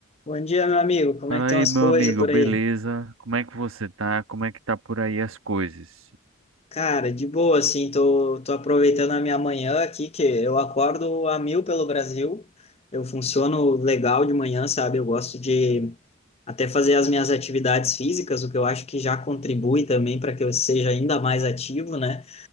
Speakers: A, on the left; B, on the right.
A: Bom dia, meu amigo. Como
B: Fala
A: é que estão
B: aí,
A: as
B: meu
A: coisas
B: amigo,
A: por
B: beleza?
A: aí?
B: Como é que você tá? Como é que tá por aí as coisas?
A: Cara, de boa, assim, tô, tô aproveitando a minha manhã aqui, que eu acordo a mil pelo Brasil. Eu funciono legal de manhã, sabe? Eu gosto de até fazer as minhas atividades físicas, o que eu acho que já contribui também para que eu seja ainda mais ativo, né?